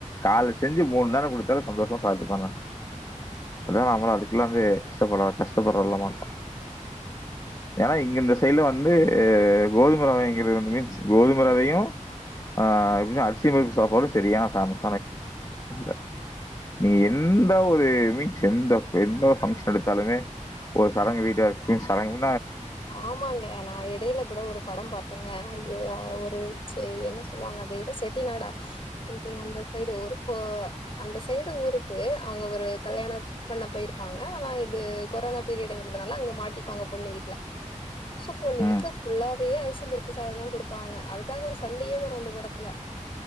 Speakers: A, on the left; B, on the left.
A: கால செஞ்சு மூணு நேர குடுத்தாலு சந்தோஷமா சாப்ட்டுப்பங்க அத நமளு அதுக்கெல்லா வந்து கஷ்டப்பட கஷ்டப்படுற மாட்டோ ஏன்னா இங்க சைட்ல வந்து கோதும ரவைங்கிறது மீன்ஸ் கோதும ரவையு ஆ எப் அரிசி பருப்பு சாப்பாடு சேரியான <unintelligible> நீ எந்த ஒரு மீன்ஸ் எந்த எந்த பங்க்ஷன் எடுத்தாலுமே ஒரு சடங்கு வீட்டா இருக்கட்டு சடங்கு
B: ஆமாங்க நா எடைல கூட ஒரு படம் பாத்தங்க ஐயோ வ ஒரு சேரி என்ன சொல்லுவாங்க அத விட செட்டிநாடா சம்திங் அந்த சைடு ஊருக்கு அந்த சைடு ஊருக்கு அங்க ஒரு கல்யாண பண்ண போயிருப்பாங்க ஆனா இது கொரோனா பீரியடுங்கிறதுனால அங்க மாட்டிப்பாங்க பொண்ணு வீட்ல சோ பொண்ணு வீட்ல
A: ம்.
B: ஃபுல்லாவே அஸ் த்து பருப்பு சாதந்தா கொடுப்பாங்க அதுக்காக ஒரு சண்டையே வரு அந்த <unintelligible> தல